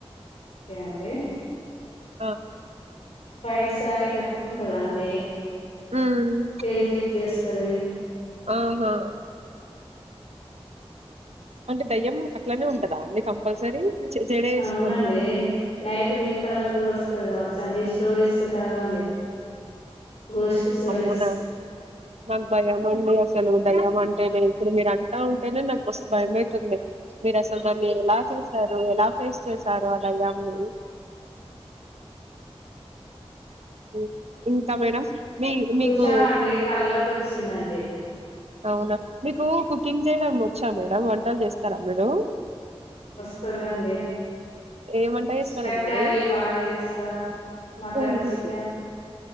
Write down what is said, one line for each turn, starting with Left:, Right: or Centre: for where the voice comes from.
Left: అండే
Right: ఆ
Left: వైట్ సారీ కట్టుకుంటదండి
Right: హ్మ్.
Left: హెయిర్ లీవ్ జేస్ అది
Right: ఆహా అంటే దయ్యం అట్లనే ఉంటదా అండి కంపల్సరీ జ జడ వేసుకోదన్నమాట
Left: అవునండి నైట్ మీ కళలకు కూడా వస్ వస్తది కావచ్చండి స్టోరీస్ చదవండి. గోస్ట్ స్టోరీస్
Right: అమ్మోనా నాకు భయం మండి అస్ సలు దయ్యం అంటేనే ఇప్పుడు మీరు అంటా ఉంటేనే, నాకు మస్త్ భయమయితుంది. మీరు అస్ ల్ దాన్ని ఎలా చూసారు ఎలా ఫేస్ చేసారు ఆ దయ్యామ్ ని ఉ ఇంకా మేడం మీ
Left: చూసామండి
Right: మీకు
Left: కల్లోకి వచ్చిందండి
Right: అవునా మీకు కుకింగ్ చేయడం వచ్చా మేడం వంటలు చేస్తారా మీరు
Left: వస్తదండి
Right: ఏ వంట చేస్తారండి
Left: చికెన్ కర్రీ
Right: మీరు
Left: బాగా చేస్తా. మటన్,
Right: ఊహు.
Left: చికెన్.